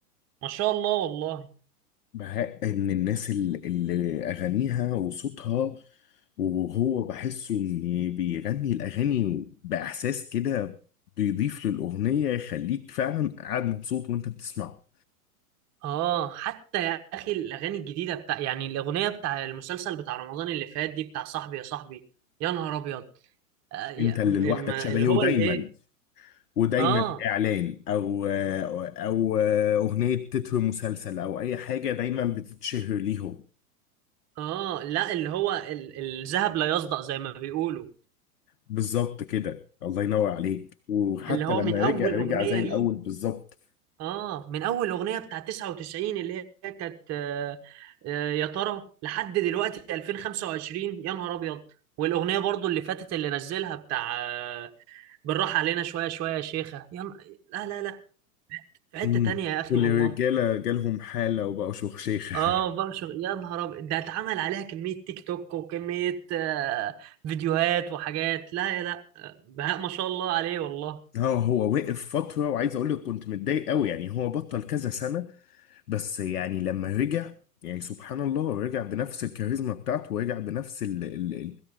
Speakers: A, on the right (about 35°); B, on the left (about 80°).
A: ما شاء الله والله
B: مع ان الناس اللي, اللي اغانيها وصوتها وهو بحسه ان بيغني الاغاني باحساس كده بيضيف للاغنيه يخليك فعلا قاعد مبسوط وانت بتسمعه
A: اه حتى يا اخي الاغاني الجديده بتاع يعني الاغنيه بتاع المسلسل بتاع رمضان اللي فات دي بتاع صاحبي يا صاحبي يا نهار ابيض آه يا-
B: انت اللي
A: الم-
B: لوحدك
A: اللي
B: شبهي
A: هو
B: ودايما
A: الايه
B: ودايما
A: اه
B: اعلان او او اغنيه تتر مسلسل او اي حاجه دايما بتتشهر ليهم
A: اه لا اللي هو ال- الذهب لا يصدأ زي ما بيقولوا
B: بالظبط كده الله ينور عليك وحتى
A: اللي هو
B: لما
A: من اول
B: رجع رجع
A: اغنيه
B: زي الاول
A: ليه
B: بالظبط
A: اه من اول اغنيه بتاع 99 اللي هي كانت آه آه يا ترى لحد دلوقتي 2025 يا نهار ابيض والاغنيه برضو اللي فاتت اللي نزلها بتاع آه بالراحه علينا شويه شويه يا شيخه يا ن- لا لا لا في حتة
B: مم.
A: تانية يا أخي
B: والرجاله
A: والله
B: جالهم حاله وبقوا شيخه
A: اه
B: <laughs>
A: بشر يا نهار أبيض ده اتعمل عليها كمية تيك توك وكمية آه فيديوهات وحاجات لا يا لا آه، بهاء ما شاء الله عليه والله
B: اه هو وقف فتره وعايز اقول لك كنت متضايق قوي يعني هو بطل كذا سنه بس يعني لما رجع يعني سبحان الله رجع بنفس الكاريزما بتاعته ورجع بنفس ال ال ال